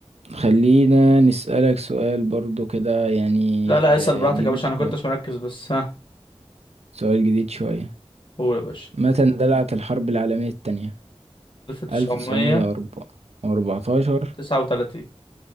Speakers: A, on the right; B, on the left.
A: خلينا نسألك سؤال برضو كده يعني
B: لا لا
A: آه
B: اسأل براحتك
A: جديد
B: يا باشا
A: شوية
B: انا كنتش مركز بس ها
A: سؤال جديد شوية
B: قول يا باشا
A: متى اندلعت الحرب العالمية التانية
B: 1909
A: ألف تسعمية وأربعتاشر
B: 39